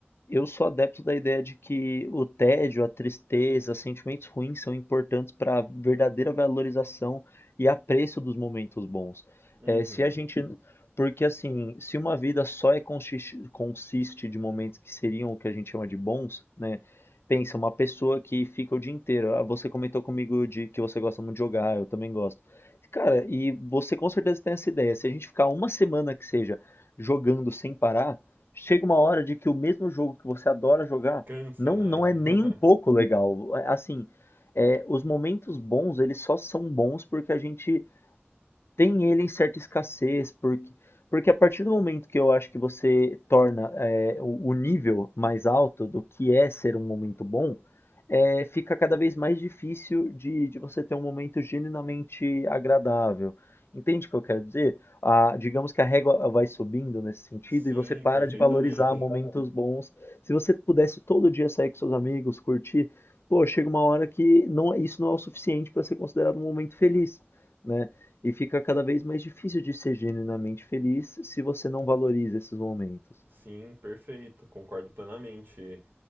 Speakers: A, on the left (about 65°); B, on the right (about 55°).
A: eu sou adepto da ideia de que o tédio, a tristeza, sentimentos ruins são importantes para a verdadeira valorização e apreço dos momentos bons.
B: Uhum.
A: É, se a gente, porque assim, se uma vida só é consiste, consiste de momentos que seriam o que a gente chama de bons, né? Pensa, uma pessoa que fica o dia inteiro. ah, Você comentou comigo de que você gosta muito de jogar, eu também gosto. Cara, e você com certeza tem essa ideia. Se a gente ficar uma semana que seja jogando sem parar, chega uma hora de que o mesmo jogo que você adora jogar
B: Cansa,
A: não,
B: né?
A: não é nem
B: <laughs>
A: um pouco legal. É, Assim, é, os momentos bons, eles só são bons porque a gente tem ele em certa escassez, porque, porque a partir do momento que eu acho que você torna é, o, o nível mais alto do que é ser um momento bom, é, fica cada vez mais difícil de, de você ter um momento genuinamente agradável. Entende o que eu quero dizer? A- digamos que a régua vai subindo nesse sentido
B: Sim,
A: e você para
B: perfeitamente.
A: de valorizar momentos bons. Se você pudesse todo dia sair com seus amigos, curtir, pô, chega uma hora que não, é, isso não é o suficiente para ser considerado um momento feliz, né? E fica cada vez mais difícil de ser genuinamente feliz se você não valoriza esses momentos.
B: Sim, perfeito. Concordo plenamente.